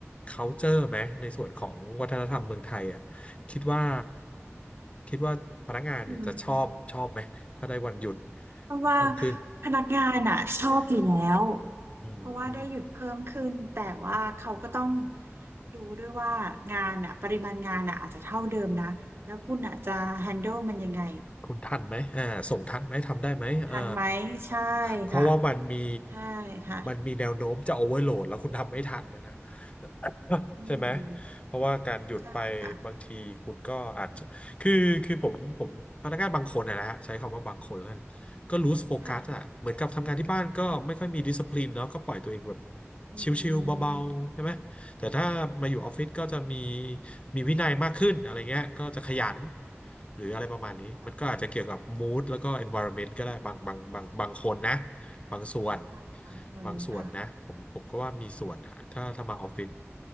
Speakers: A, on the left; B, on the right.
A: culture ไหมในส่วนของวัฒนธรรมเมืองไทยอ่ะ คิดว่าคิดว่าพนักงานเนี่ยจะชอบชอบไหมถ้าได้วันหยุด
B: อืม เพราะว่า
A: เพิ่มขึ้น
B: พนักงานอ่ะชอบอยู่แล้ว
A: อืม
B: เพราะว่าได้หยุดเพิ่มขึ้นแต่ว่าเขาก็ต้องดูด้วยว่างานอ่ะปริมาณงานอ่ะอาจจะเท่าเดิมนะแล้วคุณอ่ะจะแฮน n d l ลมันยังไง
A: คุณทันไหมอ่าส่งทันไหม ทำได้ไหมอ่า
B: ทันไหมใช่
A: เพราะว่ามันมี
B: ค่ะใช่ค่ะ
A: มันมีแนวโน้มจะโอเวอร์โหลดแล้วคุณทำไม่ทันนะนะ <coughs>
B: อืม
A: ใช่ไหม เพราะว่าการหยุดไปบางทีคุณก็อาจจะ
B: ใช่ค่ะ
A: คือคือผมผมพนักงานบางคนนะนะฮะใช้คำว่าบางคนแล้วกันก็ loose focus
B: ค่ะ
A: อ่ะเหมือนกับทำงานที่บ้านก็ไม่ค่อยมี discipline เนาะก็ปล่อยตัวเองแบบ
B: อื
A: ชิวๆเบาๆใช่ไหม
B: ม
A: แต่ถ้ามาอยู่ออฟฟิศก็จะมีมีวินัยมากขึ้นอะไรเงี้ยก็จะขยันหรืออะไรประมาณนี้มันก็อาจจะเกี่ยวกับ
B: ค่ะ
A: mood แล้วก็ environment ก็ได้บางบางบางบางคนนะบางส่วน
B: ค่ะบางคนค่ะ
A: บางส่วนนะผมผมก็ว่ามีส่วนนะถ้าถ้ามาออฟฟิศ